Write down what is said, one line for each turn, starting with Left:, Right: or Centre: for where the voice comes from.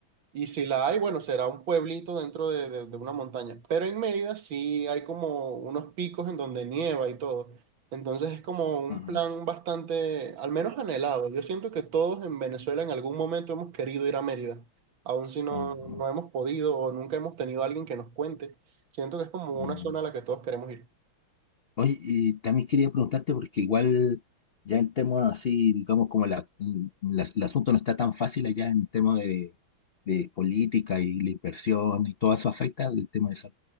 Right: Y si la hay, bueno, será un pueblito dentro de, de- de una montaña. Pero en Mérida sí hay como unos picos en donde nieva y todo. Entonces es como un
Left: Ah,
Right: plan bastante, al menos anhelado. Yo siento que todos en Venezuela en algún momento hemos querido ir a Mérida, aun si no,
Left: ah, ah,
Right: no hemos podido o nunca hemos tenido a alguien que nos cuente. Siento que es como
Left: ah.
Right: una zona a la que todos queremos ir.
Left: Oye, y también quería preguntarte, porque igual ya en temas así, digamos, como la, mm, la- el asunto no está tan fácil allá en temas de, de política y la inversión y todo eso afecta el tema de sal-